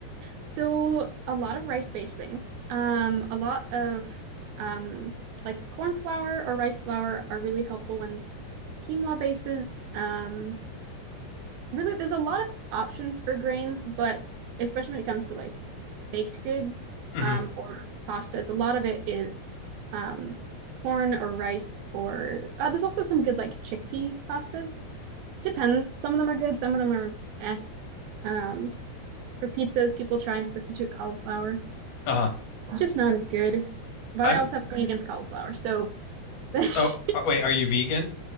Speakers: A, on the right; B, on the left.
A: So a lot of rice-based things. Um, a lot of um, like corn flour or rice flour are really helpful ones. Quinoa bases. Um, really, there's a lot of options for grains, but especially when it comes to like baked goods
B: hmm
A: um, or pastas, a lot of it is um, corn or rice. Or uh, there's also some good like chickpea pastas. Depends. Some of them are good. Some of them are eh. Um, for pizzas, people try and substitute cauliflower.
B: Uh-huh.
A: It's just not as good. But
B: I'm
A: I also have a thing against cauliflower. So <laughs>
B: oh uh, wait, are you vegan?